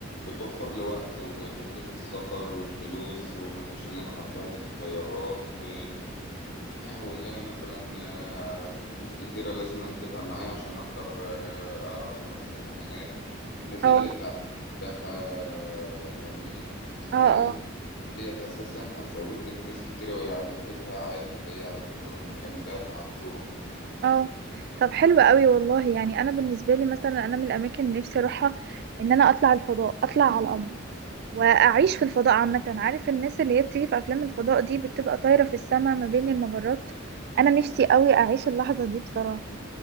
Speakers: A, on the left (about 60°); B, on the right (about 55°).
A: بتوفر لي وقت وتكلفة السفر والفلوس ومفيش اللي أنا هبهدل في طيارات و... <clears throat> واللي أنا مثلا آه، في فلوس كتيرة لازم تبقى معايا عشان أحضر آه، أعرف أروح أسافر هناك مفيدة
B: اه
A: للتعليم والسياحة، فاهماني
B: اه
A: يعني
B: اه
A: ديت أساسا هتزود لك ناس كتيرة وهي قاعدة في بيتها عادي اللي هي عايزة تزور المكان ده فهتزوره
B: اه طب حلو قوي والله يعني انا بالنسبة لي مثلا انا من الاماكن اللي نفسي اروحها ان انا اطلع الفضاء اطلع على القمر واعيش في الفضاء عامه عارف الناس اللي هي بتيجي في افلام الفضاء دي بتبقى طايره في السماء ما بين المجرات انا نفسي قوي اعيش اللحظه دي بصراحه